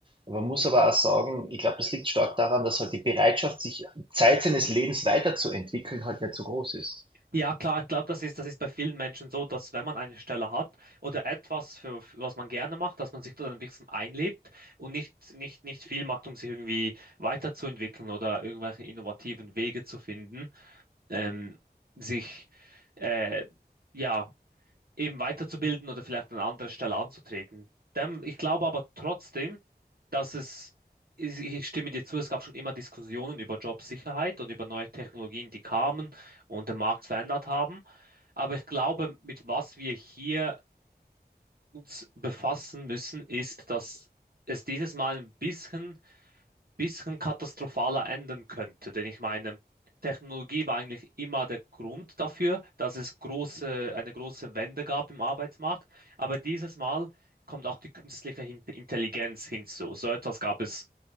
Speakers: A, on the right (about 30°); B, on the right (about 60°).
A: Man muss aber auch sagen, ich glaube, das liegt stark daran, dass halt die Bereitschaft, sich Zeit seines Lebens weiterzuentwickeln, halt nicht so groß ist.
B: Ja, klar, ich glaube, das ist, das ist bei vielen Menschen so, dass wenn man eine Stelle hat oder etwas, für, für was man gerne macht, dass man sich dort ein bisschen einlebt und nicht, nicht, nicht viel macht, um sich irgendwie weiterzuentwickeln oder irgendwelche innovativen Wege zu finden, ähm, sich äh, ja, eben weiterzubilden oder vielleicht an anderer Stelle anzutreten. Dem, ich glaube aber trotzdem, dass es, ich ich stimme dir zu, es gab schon immer Diskussionen über Jobsicherheit und über neue Technologien, die kamen und den Markt verändert haben. Aber ich glaube, mit was wir hier uns befassen müssen, ist, dass es dieses Mal ein bisschen bisschen katastrophaler enden könnte. Denn ich meine, Technologie war eigentlich immer der Grund dafür, dass es große, eine große Wende gab im Arbeitsmarkt. Aber dieses Mal kommt auch die künstliche Hin- Intelligenz hinzu. So etwas gab es